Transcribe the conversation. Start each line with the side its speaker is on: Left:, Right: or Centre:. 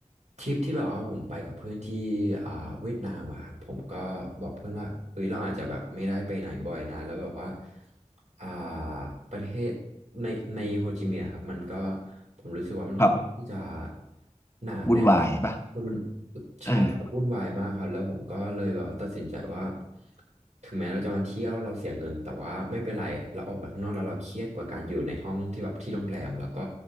Right: ทริปที่แบบว่าผมไปกับเพื่อนที่อ่าเวียดนามอะครับผมก็บอกเพื่อนว่าเฮ้ยเราอาจจะแบบไม่ได้ไปไหนบ่อยนะแล้วแบบว่าอ่าประเทศในในโฮจิมินห์อะครับมันก็ผมรู้สึกว่ามันค่อนข้างจะ
Left: ครับ
Right: หนาแน่นแล้ว
Left: วุ่นวายป่ะ
Right: มันใช่ครับวุ่นวายมากครับแล้วผมก็เลยแบบว่าตัดสินใจว่า
Left: เออ
Right: ถึงแม้เราจะมาเที่ยวเราเสียเงินแต่ว่าไม่เป็นไรเราออกไปข้างนอกแล้วเราเครียดกว่าการอยู่ในห้องที่แบบที่โรงแรมแล้วก็